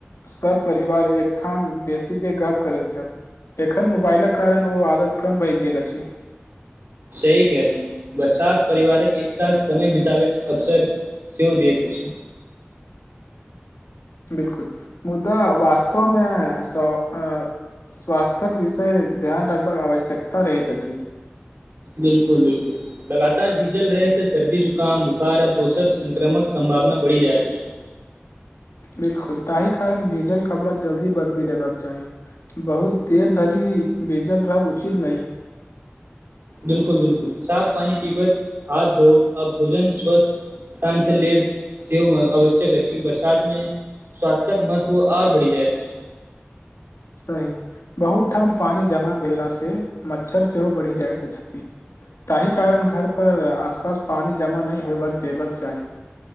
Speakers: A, on the left (about 85°); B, on the right (about 60°).
A: सब परिवार एकठाम बैसिके गप करैत छल। एखन मोबाइलक कारण ओ आदत कम भय गेल अछि।
B: सही कहलहुं बरसात परिवारक एक साथ समय बिताबक अवसर सेहो दैत अछि।
A: बिलकुल मुदा वास्तवमे स अ स्वास्थक विषय ध्यान रखबाक आवश्यकता रहैत अछि।
B: बिल्कुल-बिल्कुल। लगातार भीजल रहै सं सर्दी, जुकाम, बुखार आ दोसर संक्रमक संभावना बढ़ि जायत अछि।
A: बिलकुल ताहि कारण भीजल कपड़ा जल्दी बदलि लेबाक चाही। बहुत देर धरि भीजल रहब उचित नहि।
B: बिलकुल बिलकुल साफ पानी पीबब, हाथ धोब आ भोजन स्वस्थ स्थान से लेब सेहो आवश्यक, बरसात मे स्वास्थ्यक महत्व और बढ़ि जायत अछि।
A: सही, बहुत ठाम पानि जमा भेला से मच्छर सेहो बढ़ि जाइत अछि। ताहि कारण घर पर आसपास पानि जमा नैय होयब देबेक चाही।